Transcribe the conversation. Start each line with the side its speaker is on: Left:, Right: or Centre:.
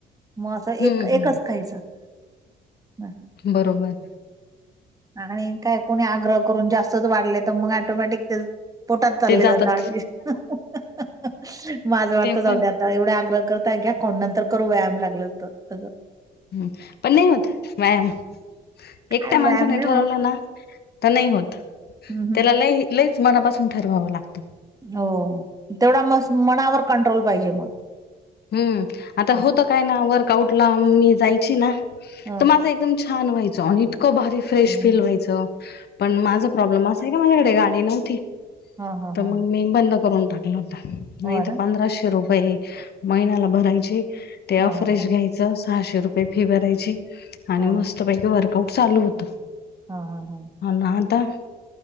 Right: मग असं
Left: हम्म
Right: एक-एकच खायच. हम्,
Left: बरोबर.
Right: आणि काय कोणी आग्रह करून जास्तच वाढले तर मग ऍटोमॅटिक ते पोटात चालले
Left: ते जातात
Right: जात आजी. <unintelligible> माझं वाटतं
Left: ते पण
Right: जाऊद्या
Left: आहे
Right: आता एवढा आग्रह करताय, घ्या खाऊन, नंतर करू व्यायाम लागलं तर. अगं
Left: ह पण नाही होत, व्यायाम.
Right: काय
Left: एकट्या माणसाने
Right: व्यायाम नाही
Left: ठरवलं
Right: होत
Left: ना, तर नाही होत,
Right: हं, हं.
Left: त्याला लई लईच मनापासून ठरवावं लागतं.
Right: हो, तेवढा म मनावर कंट्रोल पाहिजे मग.
Left: हम्म, आता
Right: असं
Left: होत काय ना, वर्कआउट ला मी जायची ना
Right: ह
Left: तर माझं एकदम छान व्हायचं, आणि इतकं भारी फ्रेश
Right: ह
Left: फील व्हायचं, पण माझा प्रॉब्लेम असा आहे का माझ्याकडे गाडी नव्हती.
Right: ह ह
Left: तर
Right: ह
Left: मग मी बंद करून टाकलं होतं, नाही
Right: हो
Left: तर
Right: ना
Left: पंधराशे रुपये महिन्याला भरायची, ते
Right: ह
Left: ऑफरेश
Right: ह ह
Left: घ्यायचं, सहाशे रुपये फी भरायची. आणि
Right: ह
Left: मस्त पैकी वर्कआउट चालू होत.
Right: हा हा हा.
Left: हो ना आता.